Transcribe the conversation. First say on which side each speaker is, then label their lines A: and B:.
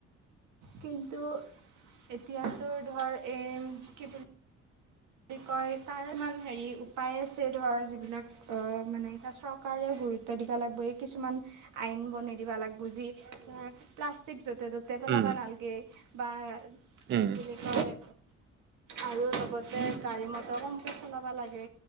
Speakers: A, on the right; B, on the right.
A: কিন্তু এতিয়াতো ধৰ এম কি বুলি বুলি কয় তাৰ ইমান হেৰি উপায় আছে ধৰ যিবিলাক অহ মানে এয়া চৰকাৰেও গুৰুত্ব দিব লাগিব এই কিছুমান আইন বনাই দিব লাগব যি প্লাষ্টিক য'তে ত'তে পেলাবা
B: উম,
A: নালগে, বা কি
B: উম। উম,
A: বুলি কয় আৰু লগতে গাড়ী-মটৰ কমকে চলাব লাগে,